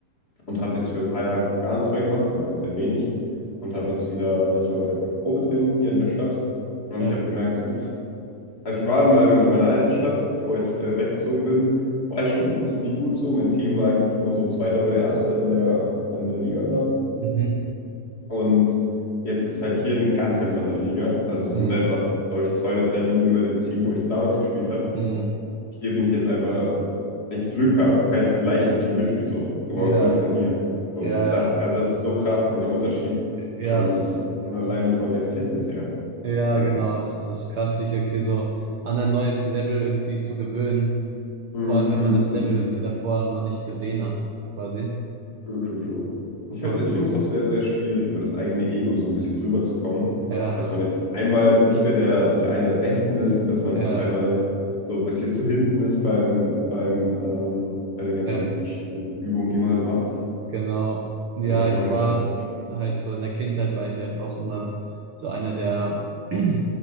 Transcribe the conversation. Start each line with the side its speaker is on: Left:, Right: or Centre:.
Left: und habe jetzt für ein paar Jahre gar nichts mehr gemacht oder sehr wenig und habe jetzt wieder, war jetzt mal bei einem Probetraining hier in der Stadt und
Right: ja,
Left: ich habe gemerkt, uff, also ich war in meinem, in meiner alten Stadt, bevor ich äh, weggezogen bin, war ich schon ziemlich gut so. Mein Team war eigentlich immer so Zweiter oder Erster in der, in der Liga da
Right: mhm,
Left: und jetzt ist halt hier eine ganz, ganz andere Liga. Also die
Right: mhm,
Left: sind einfach, glaube ich, zwei oder drei Ligen über dem Team, wo ich damals gespielt habe
Right: mhm,
Left: hier, bin ich jetzt einfach wenn ich Glück habe, kann ich vielleicht im Team mitspielen, so, überhaupt
Right: ja,
Left: mittrainieren. So,
Right: ja, ja,
Left: das, also das ist so krass, dieser Unterschied.
Right: ja,
Left: Schon,
Right: es,
Left: schon alleine
Right: es,
Left: von der Fitness her.
Right: ja,
Left: So.
Right: genau. Es ist krass, sich irgendwie so an ein neues Level irgendwie zu gewöhnen.
Left: Hm,
Right: Vor allem, wenn
Left: hm,
Right: man das
Left: hm,
Right: Level
Left: hm.
Right: irgendwie davor noch nicht gesehen hat, quasi.
Left: True, true, true. Ich, find-
Right: Und
Left: ich finde es auch sehr, sehr schwierig, über das eigene Ego so ein bisschen drüber zu kommen,
Right: Ja,
Left: dass man jetzt auf einmal nicht mehr der, so einer der Besten ist und dass man
Right: ja,
Left: jetzt auf einmal so ein bisschen zu hinten ist beim, beim, ähm, bei den ganzen
Right: ja,
Left: verschiedenen Übungen, die man halt macht.
Right: genau. Ja,
Left: Und dass
Right: ich
Left: man halt
Right: war
Left: vielleicht auch nicht spielt.
Right: halt so in der Kindheit, war ich halt auch immer so einer der <clears throat>